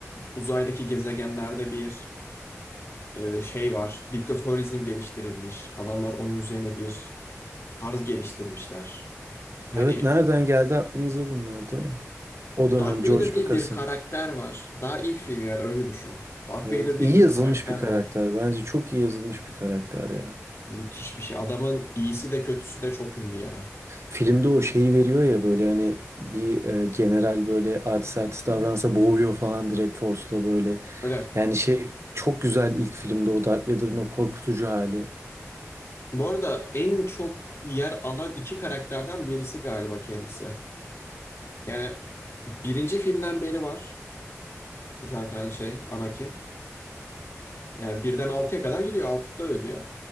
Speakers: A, on the left (about 55°); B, on the right (about 55°).
A: Uzaydaki gezegenlerde bir e, şey var. Diktatörizm geliştirilmiş. Adamlar onun üzerine bir tarz geliştirmişler. Hani
B: Evet nereden geldi aklınıza bunlar değil mi? O dönem
A: Darth Vader
B: George
A: diye
B: Lucas'ın.
A: bir karakter var. Daha ilk film yani öyle düşün. Darth
B: Evet
A: Vader diye
B: iyi
A: bir
B: yazılmış
A: karakter
B: bir karakter.
A: var.
B: Bence çok iyi yazılmış bir karakter ya.
A: Müthiş bir şey. Adamın iyisi de kötüsü de çok ünlü ya.
B: Filmde o şeyi veriyor ya böyle hani bir e, general böyle artist artist davransa boğuyor falan direkt Force'la böyle.
A: Öyle.
B: Yani şey çok güzel ilk filmde o Darth Vader'ın o korkutucu hali.
A: Bu arada en çok yer alan iki karakterden birisi galiba kendisi. Yani birinci filmden beri var zaten şey Anakin. Yani birden altıya kadar gidiyor. Altıda ölüyor.